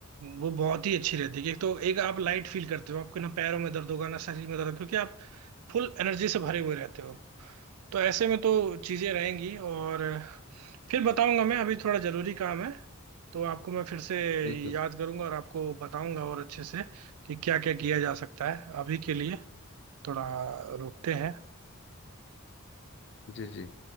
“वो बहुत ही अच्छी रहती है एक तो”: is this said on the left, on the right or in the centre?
Right